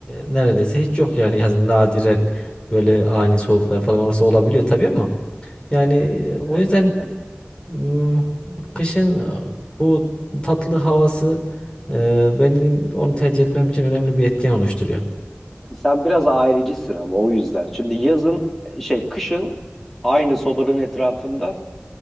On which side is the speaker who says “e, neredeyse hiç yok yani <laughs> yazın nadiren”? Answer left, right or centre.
Left